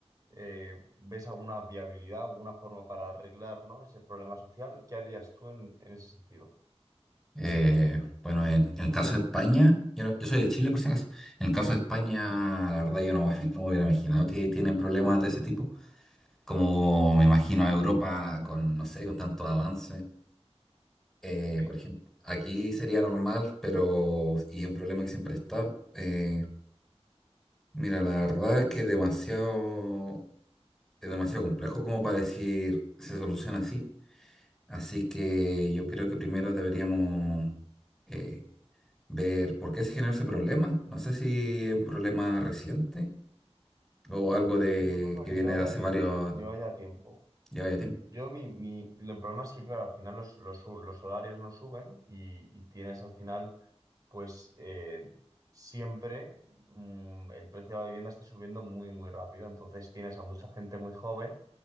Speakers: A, on the right; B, in the centre.
A: eh, ves alguna viabilidad, alguna forma para arreglar, ¿no? ese problema social. ¿Qué harías tú en en ese sentido?
B: Eh, bueno, en, en el caso de España, yo, no- yo soy de Chile por si acaso, en el caso de España, la verdad yo no, <laughs> no hubiera imaginado que tienen problemas de ese tipo, como me imagino a Europa con, no sé, con tantos avances. Eh,
A: Sí.
B: por ejemplo, aquí sería normal, pero, y un problema que siempre está, eh, mira, la verdad es que demasiado, es demasiado complejo como para decir se soluciona así, así que yo creo que primero deberíamos... eh, ver por qué se generó ese problema. No sé si es un problema reciente o algo de
A: eso un problema
B: que viene
A: que lleva
B: de hace
A: ya tiempo,
B: varios,
A: lleva ya tiempo.
B: ya vaya tiempo.
A: Yo, mi, mi, el problema es que, claro, al final los, los, su- los salarios no suben y, y tienes al final, pues, eh, siempre mm, el precio de la vivienda está subiendo muy, muy rápido. Entonces tienes a mucha gente muy joven